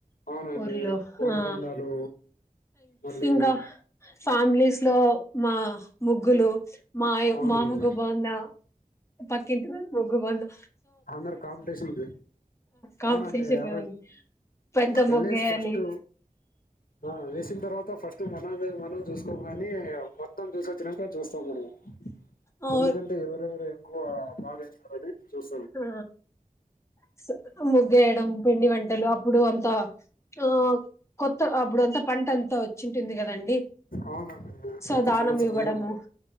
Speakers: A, on the left; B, on the left.
A: అవునండి
B: ఊర్లో
A: కోడి
B: ఆ
A: పందాలు మళ్ళీ
B: ఇంకా ఫ్యామిలీస్ లో మ ముగ్గులు మాయు
A: అవునండి
B: మా ముగ్గు బాగుందా పక్కింటి వాళ్ళ ముగ్గు బాందా
A: అందరూ కాంపిటీషన్
B: కాంపిటీషన్
A: అవునండి ఆ
B: కదండి
A: రోజ్
B: పెద్ద ముగ్గేయాలి
A: ఎల్లేస్ ఫస్ట్ ఆ వేసిన తర్వాత ఫస్ తు మనమే మనం చూసుకోవాలి మొత్తం చూసొచ్చినాక చూస్తాం మనము
B: ఆ
A: ఎందుకంటే ఎవరెవరు ఎక్కువ బాగా ఏసినోళ్లది ఒకటి చూస్
B: ఆ ఇస్ తు ముగ్గు వేయడం పిండి వంటలు అప్పుడు అం తా ఆ కొత్త అప్పుడంతా పంట అంతా వచ్చింటుంది కదండి
A: అవునండి
B: సో
A: కొత్త
B: దానం
A: సంవత్సరంలో
B: ఇవ్వడము
A: అంత గా